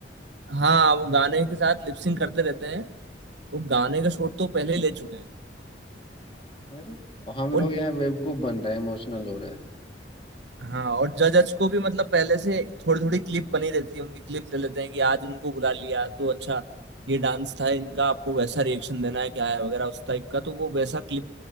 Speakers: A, on the right; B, on the left.
A: हाँ वो गाने के साथ लिपसिंग करते रहते हैं वो गाने का शूट तो पहले ही ले चुके हैं
B: अरे और हम
A: और
B: लोग यहाँ बेवकूफ बन रहे हैं इमोशनल हो रहे हैं
A: हाँ और जजज को भी मतलब पहले से थोड़ी थोड़ी क्लिप बनी रहती है उनकी क्लिप ले लेते हैं कि आज इनको बुला लिया तो अच्छा ये डांस था इनका आपको वैसा रिएक्शन देना है क्या है वगैरह उस टाइप का तो वो वैसा क्लिप